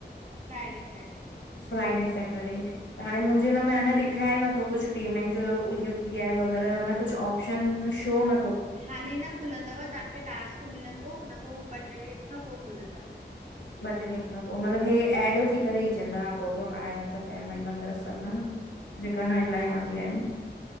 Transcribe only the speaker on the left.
फ्राईडे सैटरडे त हांणे मुंजे हिन में अना ॾिखाए नथो कुछु पेमेंट जो यूपी आई वग़ैरह यो अ न कुछ आप् प्शन शो न
ॿ ट्रे ॾींहंनि खा पो मतलब हे एड थी करे ईच ईदा अॻोपो आया त पेमेंट वग़ैरह सभ हा न जेका हाणे नयां
बि आहिन